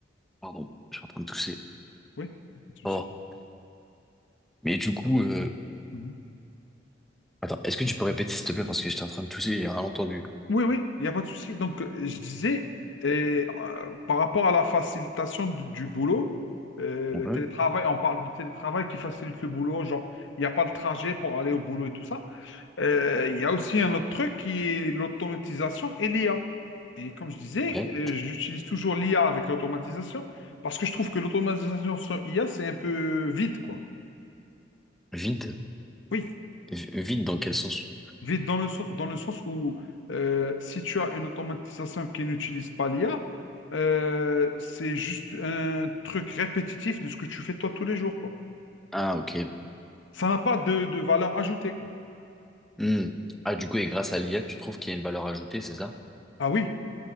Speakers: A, in the centre; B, on the left.
A: Pardon, je suis en train de tousser.
B: Oui, y a pas de souci.
A: Oh. Mais du coup, euh,
B: Mhm.
A: Attends, est-ce que tu peux répéter s'il te plaît parce que j'étais en train de tousser, et j'ai rien entendu.
B: Oui, oui, il n'y a pas de souci. Donc, euh, je disais, et, euh, par rapport à la facilitation du, du boulot, euh,
A: On
B: le télétravail, on parle du télétravail qui facilite le boulot, genre, il n'y a pas le trajet pour aller au boulot et tout ça. Euh, Il y a aussi un autre truc qui est l'automatisation et l'IA. Et comme je disais,
A: Ouais.
B: euh, j'utilise toujours l'IA avec l'automatisation parce que je trouve que l'automatisation sans IA, c'est un peu vide, quoi.
A: Vide.
B: Oui,
A: V- Vide dans quel sens?
B: vide dans le, sen- dans le sens où euh, si tu as une automatisation qui n'utilise pas l'IA, euh, c'est juste un truc répétitif de ce que tu fais toi tous les jours, quoi.
A: Ah, ok.
B: Ça n'a pas de, de valeur ajoutée, quoi.
A: Hmm. Ah, du coup, et grâce à l'IA, tu trouves qu'il y a une valeur ajoutée, c'est ça?
B: Ah oui,